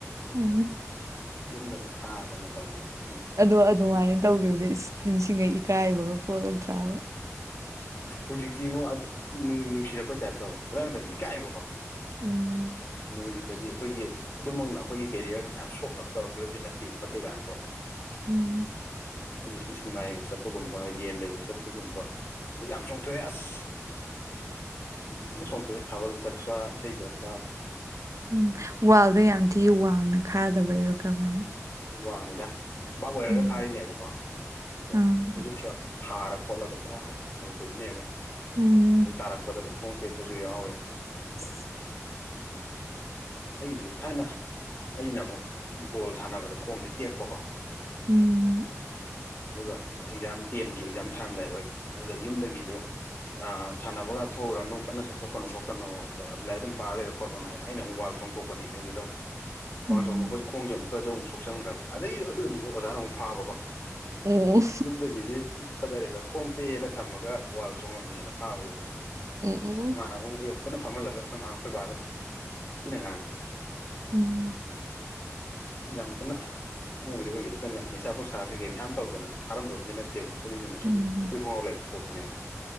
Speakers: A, on the right; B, on the left.
A: ꯎꯝ
B: ꯌꯨꯝꯗꯒ ꯊꯥꯗꯅ ꯇꯧꯒꯤꯕ
A: ꯑꯗꯣ ꯑꯗꯨꯃꯥꯏꯅ ꯇꯧꯈꯤꯕꯖꯦ ꯅꯤꯡꯁꯤꯡꯉꯩ ꯏꯀꯥꯏꯕꯒ ꯄꯣꯛꯂꯛꯇ꯭ꯔꯥꯕ
B: ꯍꯧꯖꯤꯛꯇꯤꯕꫭ ꯅꯨꯡꯕꯨ ꯅꯨꯡꯁꯤꯔꯛꯄꯩ ꯇꯥꯏꯞ ꯇꯧꯋꯦ ꯑꯗꯥꯏ ꯃꯇꯝꯗꯤ ꯏꯀꯥꯏꯌꯦꯕꯀꯣ
A: ꯎꯝ
B: ꯍꯧꯖꯤꯛꯇꯗꯤ ꯑꯩꯈꯣꯏꯒꯤ ꯑꯗꯨꯃꯛꯅ ꯑꯩꯈꯣꯏꯒꯤ ꯀꯦꯔꯤꯌꯔꯗ ꯃꯌꯥꯝ ꯁꯣꯛꯅꯕ ꯇꯧꯔꯛꯈꯤꯕꯗꯤ ꯅꯠꯇꯦ ꯈꯣꯠꯇꯦ ꯀꯥꯏꯅꯀꯣ
A: ꯎꯝ
B: ꯑꯩꯈꯣꯏꯗꯤ ꯁꯨꯝ ꯁꯤꯅꯤꯃꯥ ꯌꯦꯡꯕ ꯆꯠꯄꯒꯨꯝꯕ ꯌꯦꯟ ꯂꯩꯕ ꯆꯠꯄꯒꯨꯝꯕ ꯑꯗꯩ ꯌꯥꯝ ꯆꯣꯡꯊꯣꯛꯑꯦ ꯑꯁ ꯌꯥꯝ ꯊꯤꯅ ꯆꯣꯡꯊꯣꯛꯑꯦ ꯊꯥꯕꯜ ꯆꯠꯄ ꯏꯁꯩ ꯆꯠꯄ
A: ꯎꯝ ꯋꯥꯜꯗꯣ ꯌꯥꯝ ꯊꯤ ꯋꯥꯡꯅ ꯈꯥꯗꯕꯩꯔꯣ ꯀꯃꯥꯏꯅ
B: ꯋꯥꯡꯉꯤꯗ ꯕꯥꯞ ꯑꯣꯏꯔꯒ
A: ꯎꯝ
B: ꯈꯥꯔꯤꯅꯦꯕꯀꯣ ꯑꯗꯣ
A: ꯑꯥ
B: ꯐꯩꯖꯨꯞꯀ ꯊꯥꯔ ꯈꯣꯠꯂꯒ ꯄꯨꯔꯥ ꯆꯣꯡꯊꯣꯛꯏꯅꯦꯕ
A: ꯎꯝ
B: ꯑꯗꯩ ꯇꯥꯔꯛꯄꯗꯒ ꯈꯣꯡ ꯊꯦꯛꯄꯁꯨ ꯌꯥꯎꯋꯤ
A: <inaudible>
B: ꯑꯩꯖꯨ ꯊꯥꯏꯅ ꯑꯩꯅ ꯑꯃꯨꯛ ꯕꯣꯜ ꯁꯥꯟꯅꯕꯗ ꯈꯣꯡꯖꯦ ꯇꯦꯛꯄꯀꯣ
A: ꯎꯝ
B: ꯑꯗꯨꯒ ꯑꯦꯛꯖꯥꯝ ꯇꯦꯟꯒꯤ ꯑꯦꯛꯖꯥꯝ ꯊꯔꯝꯗꯥꯏ ꯑꯣꯏꯕ ꯑꯗꯨꯗ ꯌꯨꯝꯗꯒꯤꯖꯨ ꯑ ꯁꯥꯟꯅꯕꯒ ꯊꯣꯛꯎꯔꯅꯨ ꯀꯟꯅ ꯆꯠ ꯊꯣꯛ ꯀꯅꯨ ꯈꯣꯠꯀꯅꯣ ꯑꯗꯨ ꯂꯥꯏꯔꯤꯛ ꯑꯗꯨꯝ ꯄꯥꯔꯂꯩꯌꯨ ꯈꯣꯠꯂꯨꯅ ꯍꯥꯏꯕ ꯑꯩꯅ ꯑꯃꯨꯛ ꯋꯥꯜ ꯆꯣꯡꯊꯣꯛꯄꯅꯦꯃꯦ ꯑꯗꯨꯗ ꯑꯃꯨꯛ
A: ꯎꯝ
B: ꯋꯥꯜ ꯆꯣꯡꯊꯣꯛꯄꯖꯤ ꯈꯣꯡꯖꯦ ꯑꯃꯨꯛ ꯄꯖꯨ ꯑꯃꯨꯛ ꯁꯣꯛꯆꯟꯒꯔꯕ ꯑꯗꯩ ꯑꯗꯨ ꯅꯨꯃꯤꯠꯇꯨ ꯑꯣꯖꯥꯅ ꯑꯃꯨꯛ ꯐꯥꯕꯀꯣ
A: ꯑꯣ
B: ꯌꯨꯝꯗꯒꯤꯗꯤ ꯐꯖꯔꯦꯗꫭ ꯈꯣꯡꯇꯦꯛꯑꯦꯅ ꯊꯝꯃꯒ ꯋꯥꯜ ꯆꯣꯡꯉꯝꯃꯦꯅ ꯐꯥꯕꯗꯨꯗꯤ
A: ꯎꯝ
B: ꯏꯃꯥꯟꯅꯕ ꯑꯃꯒ ꯄꯨꯟꯅ ꯐꯝꯍꯜꯂꯒ ꯑꯩꯈꯣꯏ ꯃꯥꯒ ꯑꯩꯈꯣꯏ ꯕꯥꯒ ꯊꯤꯅꯉꯥꯡꯉꯦ
A: ꯎꯝ
B: ꯌꯥꯝ ꯀꯟꯅ ꯑꯉꯧꯕꯗꯤ ꯑꯣꯏꯒꯤꯗꯤ ꯑꯩꯈꯣꯏꯅ ꯅꯤꯁꯥ ꯄꯨꯁꯥ ꯀꯩꯀꯩ ꯃꯌꯥꯝ ꯇꯧꯗꯅ ꯐꯥꯔꯝꯕꯕꯨꯗꯤ ꯅꯠꯇꯦꯕ ꯑꯈꫭꯏꯗꯤ ꯆꯨꯝꯅ ꯁꯨꯝ
A: ꯎꯝ
B: ꯐꯨꯔꯤꯠ ꯈꫭꯡꯒꯥꯎ ꯂꯩꯕ ꯊꫭꯛꯄꯅꯦꯕ